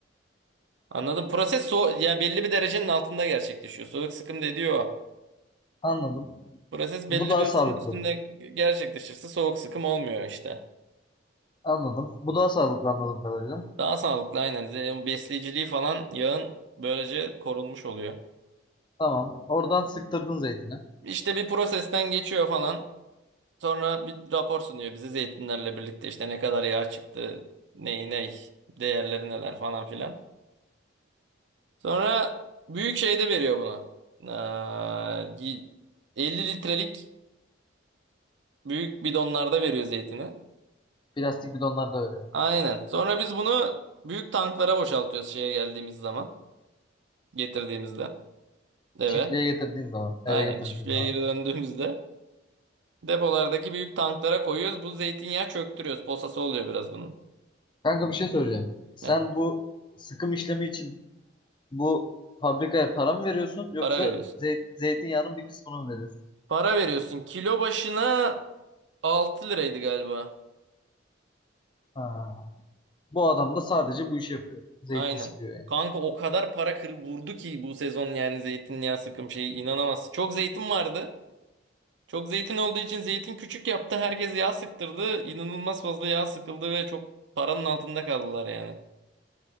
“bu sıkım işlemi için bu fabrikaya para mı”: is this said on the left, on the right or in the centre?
Left